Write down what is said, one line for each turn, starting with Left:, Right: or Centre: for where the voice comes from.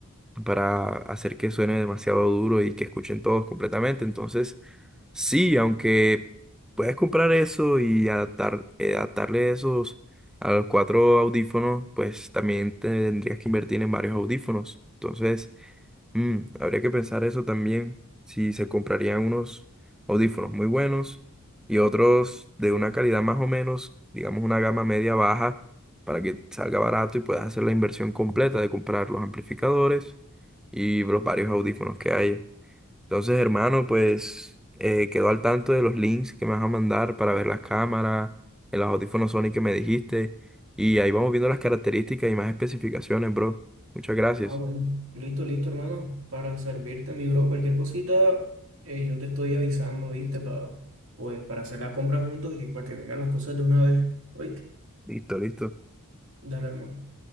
Centre: para hacer que suene demasiado duro y que escuchen todos completamente. Entonces, sí, aunque puedes comprar eso y adaptar, eh, adaptarle esos a los cuatro audífonos, pues también tendrías que invertir en varios audífonos. Entonces, Mm, habría que pensar eso también, si se comprarían unos audífonos muy buenos y otros de una calidad más o menos, digamos una gama media baja, para que salga barato y puedas hacer la inversión completa de comprar los amplificadores y los varios audífonos que hay. Entonces, hermano, pues eh, quedo al tanto de los links que me vas a mandar para ver las cámaras, en los audífonos Sony que me dijiste, y ahí vamos viendo las características y más especificaciones, bro. Muchas gracias.
Right: Ah, bueno. Listo, listo, hermano. Para servirte, mi bro, cualquier cosita, eh, yo te estoy avisando, ¿viste? Para, pues, para hacer la compra juntos y para que vengan las cosas de una vez. Oíste,
Centre: Listo, listo.
Right: dale, hermano.